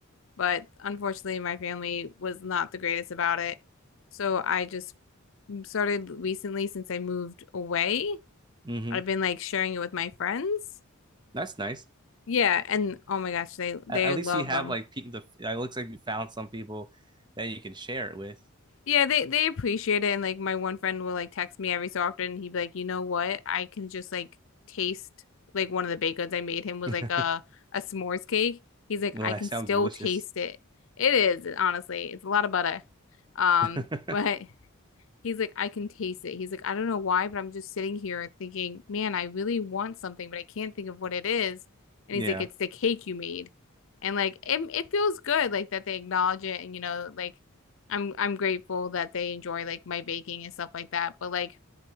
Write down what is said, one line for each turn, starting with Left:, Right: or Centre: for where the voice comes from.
Left: but unfortunately my family was not the greatest about it. So I just started recently since I moved away.
Right: Mm-hmm.
Left: I've been like sharing it with my friends.
Right: That's nice.
Left: Yeah, and oh my gosh, they they
Right: At, at least
Left: love
Right: you have
Left: them.
Right: like pe- the it looks like you found some people that you can share it with.
Left: Yeah, they they appreciate it and like my one friend will like text me every so often and he'd be like, "You know what? I can just like taste like one of the baked goods I made
Right: <laughs>
Left: him was
Right: well,
Left: like a a s'mores cake. He's like,
Right: that
Left: "I can
Right: sounds
Left: still
Right: delicious.
Left: taste it." It is, honestly. It's a lot of butter. Um,
Right: <laughs>
Left: <laughs> but He's like, I can taste it. He's like, I don't know why, but I'm just sitting here thinking, man, I really want something, but I can't think of what it is. And
Right: yeah.
Left: he's like, it's the cake you made. And like it it feels good like that they acknowledge it and you know, like I'm I'm grateful that they enjoy like my baking and stuff like that. But like